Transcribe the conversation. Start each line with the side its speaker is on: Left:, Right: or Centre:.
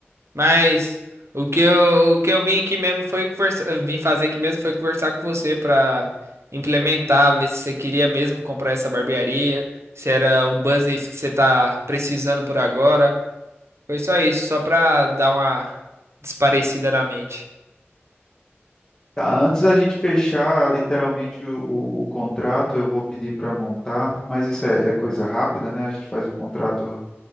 Right: Mas o que eu, o que eu vim aqui mesmo foi conversa, vim fazer aqui mesmo foi conversar com você pra implementar, ver se você queria mesmo comprar essa barbearia, se era o business que você tá precisando por agora. Foi só isso, só pra dar uma desparecida na mente.
Left: Tá, antes da gente fechar literalmente o, o- o contrato, eu vou pedir para montar, mas isso é, é coisa rápida, né? A gente faz um contrato,